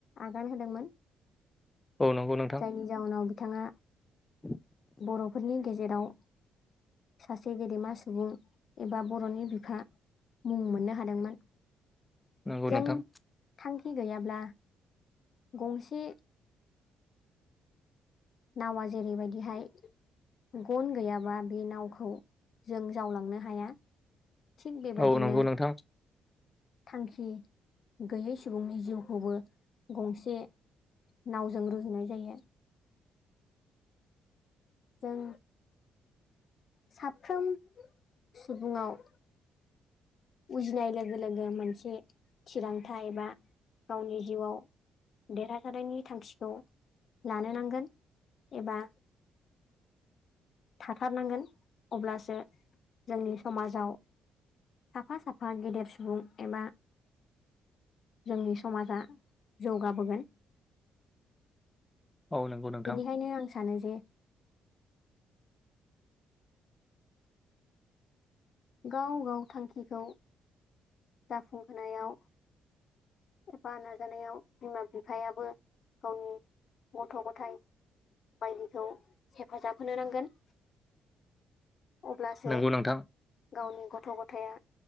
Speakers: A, on the left (about 55°); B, on the left (about 15°).
A: आगान होदोंमोन।
B: औ नंगौ नोंथां
A: जायनि जाउनाव बिथाङा
B: <inaudible>
A: बर'फोरनि गेजेराव सासे गेदेमा सुबुं एबा बर'नि बिफा मुं मोननो हादोंमोन।
B: नंगौ
A: जों
B: नोंथां
A: थांखि गैयाब्ला गंसे नावा जेरैबायदिहाय गन गैयाबा बे नावखौ जों जावलांनो हाया। थिग बेबायदिनो
B: औ नंगौ नोंथां।
A: थांखि गैयै सुबुंनि जिउखौबो गंसे नावजों रुजुनाय जायो। जों साफ्रोम सुबुङाव उजिनाय लोगो लोगो मोनसे थिरांथा एबा गावनि जिउआव देरहासानायनि थांखिखौ लानो नांगोन एबा
B: <inaudible>
A: थाथारनांगोन अब्लासो जोंनि समाजाव साफा साफा गेदेर सुबुं एबा जोंनि समाजा जौगाबोगोन।
B: औ नंगौ नोंथां
A: बेनिखायनो आं सानो जे गाव गाव थांखिखौ जाफुंहोनायाव एबा नाजानायाव बिमा बिफायाबो गावनि गथ' गथाइ बायदिखौ हेफाजाब होनो नांगोन। अब्लासो
B: नंगौ नोंथां
A: गावनि गथ' गथाया